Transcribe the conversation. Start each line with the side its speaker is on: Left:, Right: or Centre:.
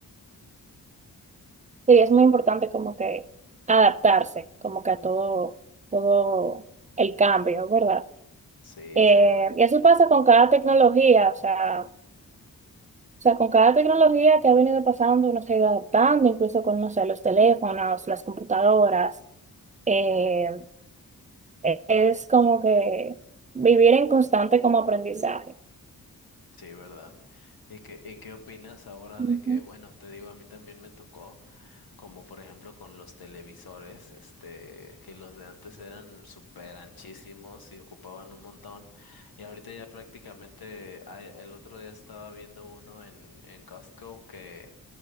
Right: Sí, es muy importante como que adaptarse, como que a todo, todo el cambio, ¿verdad?
Left: Sí,
Right: Eh,
Left: es correcto.
Right: y así pasa con cada tecnología, o sea, o sea, con cada tecnología que ha venido pasando, uno se ha ido adaptando, incluso con, no sé, los teléfonos, las computadoras. Eh, e- es como que vivir en constante como aprendizaje.
Left: Sí, ¿verdad? ¿Y qué, y qué opinas ahora
Right: Ujú.
Left: de que, bueno, te digo, a mí también me tocó. como por ejemplo con los televisores, este, que los de antes eran súper anchísimos y ocupaban un montón, y ahorita ya prácticamente, hay- el otro día estaba viendo uno en, en Costco que